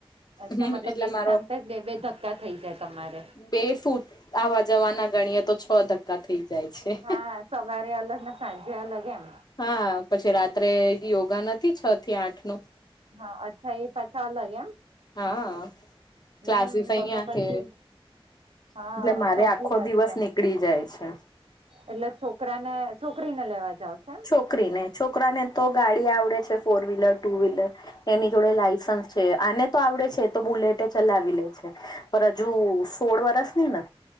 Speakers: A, on the right; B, on the left.
A: અચ્છા
B: હમ
A: મતલબ
B: એટલે
A: એક
B: મારો
A: સામતા જ બે બે ધક્કા થઈ જાય તમારે
B: બે ફુટ. આવા જવાના ગણીએ તો છ ધક્કા થઈ. જાય છે
A: હા સવારે અલગ ને સાંજે અલગ એમ.
B: હા પછી રાત્રે યોગા નથી છ થી આઠ નું.
A: હા અચ્છા એ પાછા અલગ એમ.
B: હા
A: હમ
B: ક્લાસીસ અહીંયા
A: તો તો પછી
B: છે.
A: હા
B: એટલે મારે
A: સાચી
B: આખો
A: વાત
B: દિવસ
A: છે
B: નીકળી જાય છે.
A: એટલે છોકરા ને છોકરીને લેવા જાવ છો એમ.
B: છોકરીને છોકરાને તો ગાડી આવડે છે ફોર વ્હીલર, ટુ વ્હીલર. એની જોડે લાયસન્સ છે. આને તો આવડે છે એ તો બુલેટે ચલાવી લે છે પર હજુ સોળ વરસ ની ને.